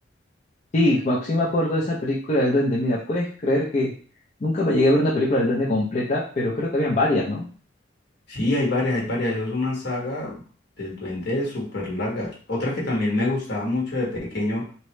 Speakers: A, on the left; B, on the left.
A: Sí, me- sí me acuerdo de esa película del duende. Mira, puedes creer que nunca me llegué a ver una película del duende completa, pero creo que habían varias, ¿no?
B: Sí, hay varias, hay varias. Eso es una saga del Duende súper larga. Otra que también me gustaba mucho de pequeño